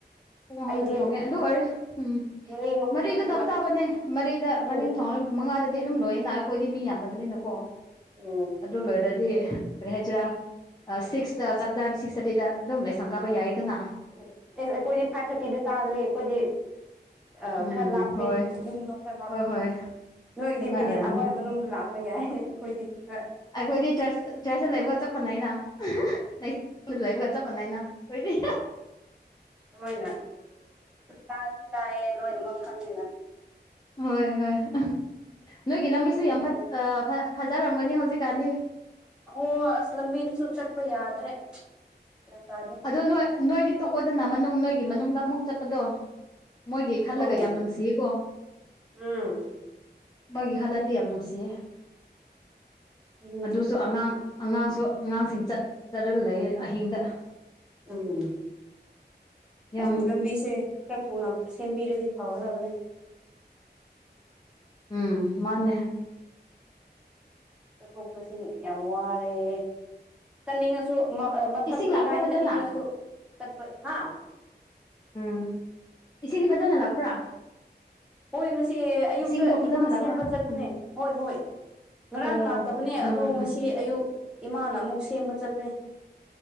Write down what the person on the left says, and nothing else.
ꯄꯨꯡ ꯑꯍꯨꯝꯗ
ꯊꯣꯡꯉꯦ ꯑꯗꯨ ꯑꯣꯏꯔ ꯎꯝ
ꯃꯔꯤꯗ
ꯆꯞ ꯆꯥꯕꯅꯦ
ꯃꯔꯤꯗ ꯃꯔꯤꯗ
ꯊꯣꯡꯂ ꯃꯉꯥꯗꯗꯤ ꯑꯗꯨꯝ ꯂꯣꯏꯅ ꯑꯩꯈꯣꯏꯗꯤ ꯃꯤ ꯌꯥꯝꯗꯕꯅꯤꯅꯀꯣ
ꯑꯗꯨ ꯂꯣꯏꯔꯗꯤ ꯀꯔꯤ ꯍꯥꯏꯁꯤꯔꯥ ꯑ ꯁꯤꯛꯁꯇ ꯆꯥꯛꯆꯥꯔꯗꯤ ꯁꯤꯛꯁ ꯊꯔꯇꯗ ꯑꯗꯨꯝ ꯂꯥꯏꯁꯪ ꯀꯥꯕ ꯌꯥꯏꯌꯦꯗꯅ
ꯎꯝ
ꯍꯣꯏ
ꯍꯣꯏ ꯍꯣꯏ
ꯑꯗꯨꯃꯥꯏ
ꯑꯣꯏꯔꯝꯅꯤ
ꯑꯩꯈꯣꯏꯗꯤ ꯆꯔꯆ ꯆꯔꯆꯇ ꯂꯩꯕꯒ ꯆꯞ ꯃꯥꯟꯅꯩꯅ <unintelligible> ꯂꯩꯕꯒ ꯆꯞ ꯃꯥꯟꯅꯩꯅ ꯈꯣꯏꯗꯤ
ꯍꯣꯏ ꯍꯣꯏ ꯑꯍ ꯅꯣꯏꯒꯤ ꯂꯝꯕꯤꯁꯨ
ꯌꯥꯝ ꯐꯠ
ꯑꯥ ꯐ ꯐꯖꯔꯝꯒꯅꯤ ꯍꯧꯖꯤꯛꯀꯥꯟꯗꯤ
ꯑꯗꯨ ꯅꯣꯏ ꯅꯣꯏꯗꯤ ꯇꯣꯛꯑꯣꯗꯅ ꯃꯅꯨꯡ ꯅꯣꯏꯒꯤ ꯃꯅꯨꯡꯗ ꯑꯃꯨꯛ ꯆꯠꯄꯗꯣ ꯃꯣꯏꯒꯤ ꯈꯜꯂꯒ
ꯌꯥꯝ ꯅꯨꯡꯁꯤꯌꯦꯀꯣ
ꯃꯥꯒꯤ ꯈꯜꯂꯗꯤ ꯌꯥꯝ ꯅꯨꯡꯁꯤꯌꯦ
ꯑꯗꯨꯁꯨ ꯑꯉꯥꯡ ꯑꯉꯥꯡꯁꯨ ꯑꯉꯥꯡꯁꯤꯡ ꯆꯠ ꯆꯠꯔꯒ ꯂꯩꯌꯦ ꯑꯍꯤꯡꯗ
ꯌꯥꯝ
ꯎꯝ ꯃꯥꯅꯦ
ꯏꯁꯤꯡ ꯂꯥꯛꯄ꯭ꯔꯥ
ꯐꯖꯅ
ꯎꯝ ꯏꯁꯤꯡꯗꯤ ꯐꯖꯅ ꯂꯥꯛꯄ꯭ꯔꯥ
ꯏꯁꯤꯡꯗꯣ ꯐꯖꯅ
ꯂꯥꯛꯄ꯭ꯔꯥ
ꯎꯝ
ꯑꯣ
ꯎꯝ
ꯎꯝ
ꯎꯝ